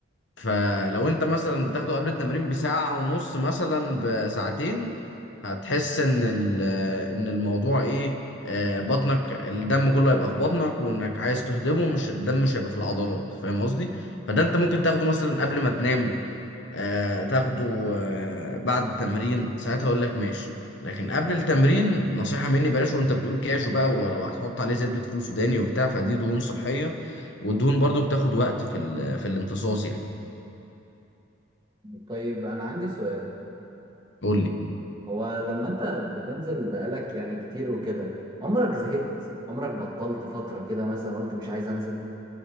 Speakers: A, on the left (about 60°); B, on the right (about 20°).
A: فلو انت مثلا بتاخده قبل التمرين بساعه ونص مثلا بساعتين هتحس ان ال- ان الموضوع ايه آه، بطنك الدم كله هيبقى في بطنك وانك عايز تهضمه مش الدم مش هيبقى في العضلات فاهم قصدي فده انت ممكن تاخده مثلا قبل ما تنام آه، تاخده آه، بعد التمرين ساعتها اقول لك ماشي لكن قبل التمرين نصيحة مني بلاش وانت بتقول كاجو بقى ولو هتحط عليه زبدة فول سوداني وبتاع فدي دهون صحية والدهون برضو بتاخد وقت في ال- في الامتصاص يعني
B: طيب انا عندي سؤال
A: قول لي
B: هو لما انت بتنزل بقالك يعني كتير وكده عمرك زهقت عمرك بطلت فترة كده مثلا قلت مش عايز انزل